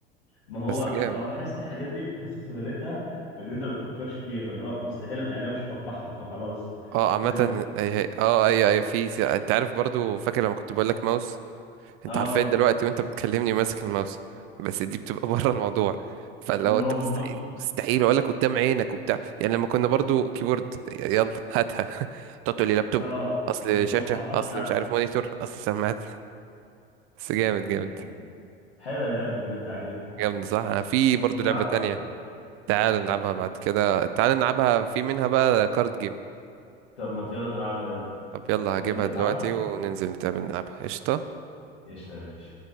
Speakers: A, on the right; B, on the left.
A: <laughs>
B: ما هو
A: بس جامد
B: ما هو بحس الحاجات دي بحس سهولتها في ان انت ما بتفكرش فيها فاللي هو مستحيل يعني انا مش متوقعها فخلاص
A: اه عامة
B: بحس ان
A: هي- هي- اه اي اي في س- انت عارف برضو فاكر لما كنت بقول لك ماوس انت
B: اه
A: عارفين دلوقتي وانت بتكلمني ماسك الماوس بس دي بتبقى <laughs> بره الموضوع فلو
B: ما
A: انت
B: هو بالظبط
A: مستحيل مستحيل اقول لك قدام عينك وبتاع يعني لما كنا برضو كيبورد ي- يلا هاتها <laughs> تقعد تقول لي لابتوب
B: اه
A: اصل
B: ما تتوقعهاش
A: شاشة اصل
B: فعلا
A: مش عارف مونيتور اصل سماعات بس جامد
B: دي
A: جامد
B: حقيقة حلوه اللعبه دي بجد عجبتني
A: جامد صح انا في برضو
B: ممكن نلعبها
A: لعبة تانية
B: اكتر
A: تعال نلعبها بعد كده تعال نلعبها في منها بقى كارد جيم
B: طب ما يلا نلعبها يلا
A: طب يلا
B: تقابل
A: هجيبها
B: نلعبها
A: دلوقتي وننزل نتقابل نلعبها قشطة
B: قشطه يا باشا